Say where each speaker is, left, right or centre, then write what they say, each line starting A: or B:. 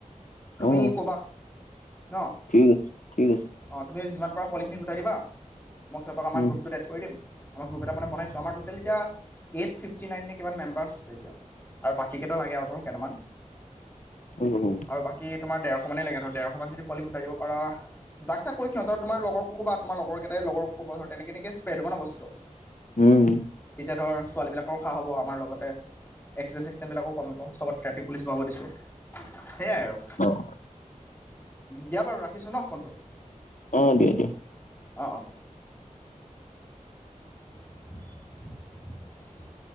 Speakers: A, on the left; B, on the left.
A: অ
B: তুমি ক'বা ন
A: ঠিক আছে ঠিক আছে
B: অ', তুমি যিমান পাৰা পোৱালিখিনি গোটাই দিবা। মই সিহঁতক আমাৰ
A: উম
B: গ্ৰুপটোত এড কৰি দিম। আমাৰ গ্ৰুপ এটানে বনাইছো আমাৰ 'টেল এতিয়া এইট ফিফটি নাইনে কিমান মেম্বাৰ্চ আছে এতিয়া। আৰু বাকী কেইটা লাগে আৰু ধৰ কেইটামান
A: হ'ব হ'ব
B: আৰু বাকী তোমাৰ ডৰশ মানেই লাগে ধৰ ডেৰশ মান যদি পালি গোতাই দিব পাৰ যাক তাক কৰি সিহঁত তোম লগৰ ক'বা তোমাৰ লগৰকেইাই লগৰ ক'ব ধৰ তেনেকেই তেনেকেই স্প্ৰে'ব হ'ব ন বস্তুটো।
A: উম,
B: এতিয়া ধৰ ছোৱালী বিলাকৰো খা হ'ব আমাৰ লগতে। এক্সাইজ চে্সটাইমবিলাকো কমিব চবত ট্ৰেফিক পুলিচ বহাব দিছোঁ সেয়াই আৰু।
A: অ',
B: দিয়া বাৰু ৰাখিছোঁ ন' ফ'ন টো।
A: অ' দিয়- দিয়।
B: অ', অ'। <inaudible>